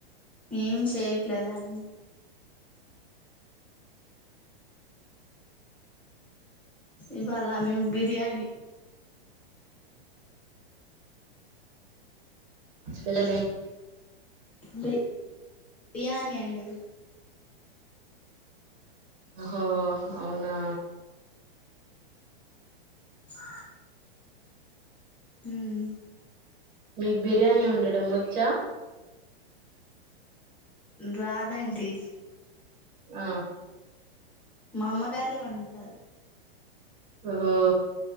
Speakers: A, in the centre; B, on the right.
A: ఏం చేయట్లేదా అండి ఇవ్వాల మీమ్ బిర్యానీ
B: హస్పిట
A: బి బిర్యానీ అండి
B: ఆహో అవునా
A: ఆ ఉమ్
B: మీకు బిర్యానీ వండడం వచ్చా
A: రాదండి
B: ఆ
A: మా అమ్మగారే వండుతారు
B: ఓహో